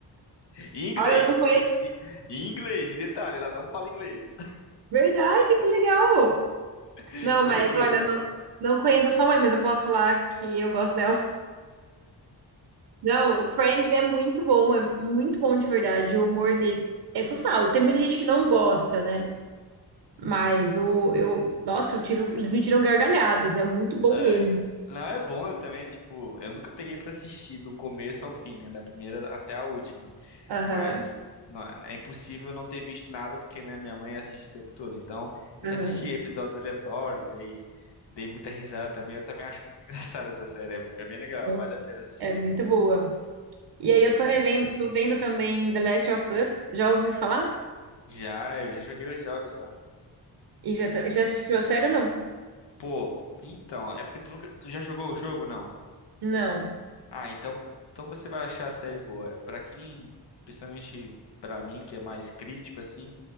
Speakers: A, on the left; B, on the right.
A: E Em inglês,
B: Olha, eu não
A: e,
B: conheço.
A: e, e em inglês, e detalhe, ela não fala inglês.
B: Verdade, que legal!
A: <laughs>
B: Não,
A: Loucura,
B: mas olha, não, não conheço a sua mãe, mas eu posso falar que eu gosto dela. Não, Friends é muito bom, é muito bom de verdade. O humor dele. É o que eu falo, tem muita gente que não gosta, né? Mas o, eu, nossa, eu tiro, eles me tiram gargalhadas, é muito bom
A: É.
B: mesmo.
A: Não, é bom, eu também, tipo, eu nunca peguei pra assistir do começo ao fim, né? Da primeira até a última.
B: Aham,
A: Mas não, é impossível não ter visto nada, porque, né, minha mãe assiste o tempo todo. Então, eu
B: aham.
A: já assisti episódios aleatórios, aí dei muita risada também. Eu também acho muito <laughs> engraçada essa série. É, bo- é bem legal,
B: Eu-
A: vale a pena assistir.
B: É muito boa. E aí eu tô
A: É.
B: revendo, tô vendo também The Last of Us, já ouviu falar?
A: Já, eu já joguei os jogos já.
B: E já, tá-
A: Cê-
B: já assistiu a série ou não?
A: Pô, então, é porque tu nunca. Tu já jogou o jogo, não?
B: Não.
A: Ah, então, então você vai achar a série boa. Pra quem, principalmente pra mim, que é mais crítico assim,